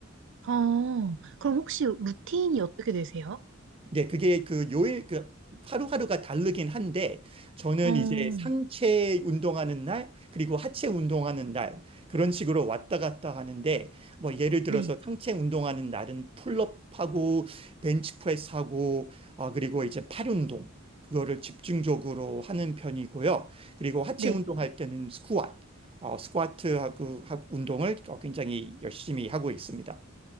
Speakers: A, on the right; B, on the right.
A: 어, 그럼 혹시 루틴이 어떻게 되세요?
B: 네, 그게 그 요일, 그 하루하루가 다르긴 한데, 저는
A: 어,
B: 이제 상체 운동하는 날, 그리고 하체 운동하는 날, 그런 식으로 왔다 갔다 하는데, 뭐 예를 들어서
A: 네.
B: 상체 운동하는 날은 풀업하고, 벤치프레스하고, 어, 그리고 이제 팔 운동, 그거를 집중적으로 하는 편이고요. 그리고 하체
A: 네.
B: 운동할 때는 스쿼트, 어, 스쿼트하고 하- 운동을 어, 굉장히 열심히 하고 있습니다.